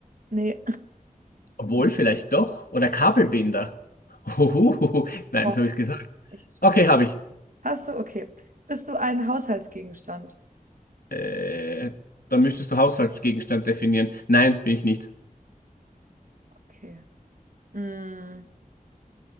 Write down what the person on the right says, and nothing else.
nee,
<laughs>
boah,
echt schwierig.
Hast du, okay. Bist du ein Haushaltsgegenstand?
Okay. Mm,